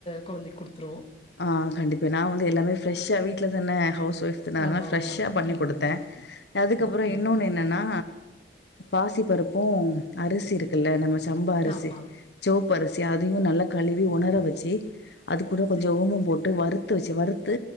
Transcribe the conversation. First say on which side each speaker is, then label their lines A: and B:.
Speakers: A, on the left; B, on the left.
A: கொழந்தைக் குடுத்துருவோ
B: ஆ கண்டிப்பா நா வந்து எல்லாமே ஃப்ரெஷ்ஷா வீட்ல தான ஹவ்ஸ் ஒய்ஃப் அதனாலா
A: ஆமா,
B: ஃப்ரெஷ்ஷா
A: ஆமா, ஆமா.
B: பண்ணி
A: ம்.
B: குடுத்தே அதுக்கப்பறோ
A: ஓகே,
B: இன்னோன்னு
A: ஓகே, ஓகே.
B: என்னென்னா பாசி பருப்பு அரிசிருக் க்குல்ல நம்ம சம்பா அரிசி
A: ஆமா.
B: சொவ்ப்
A: ஆ,
B: அரிசி அதியு நல்ல கழுவி வொணர வெச்சி அது கூடோ கொஞ்சோ
A: சரி.
B: ஓமம் போட்டு வறுத்து வெச்சு வறுத்து